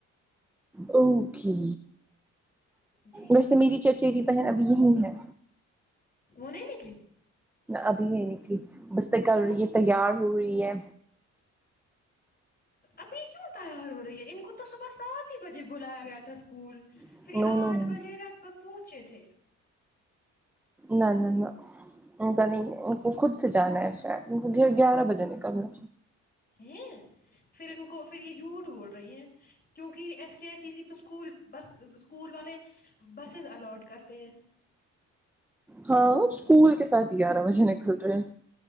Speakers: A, in the centre; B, on the left (about 30°).
A: اوکے
B: جی
A: ویسے
B: جی
A: میری چچیری بہن ابھی یہی ہے
B: وہ نہیں نکلی
A: ابھی نہیں نکلی بس نکل
B: کیوں
A: رہی ہے تیار ہو رہی ہے
B: ابھی کیوں تیار ہو رہی ہے ان کو تو صبح سات ہی بجے بلایا گیا تھا اسکول
A: نو
B: پھر یہ آٹھ
A: نو نو
B: بجے لگ بھگ پہنچے تھے
A: نا نا نا نہیں ان کو خود سے جانا ہے شاید گیارہ بجے نکلنا
B: ہیں پھر ان کو پھر یہ جھوٹ بول رہی ہیں کیونکہ ایس کے ایسی تو اسکول بس اسکول والے بسسیز الاٹ کرتے ہیں
A: ہاں اسکول کے ساتھ گیارہ بجے نکل رہے ہیں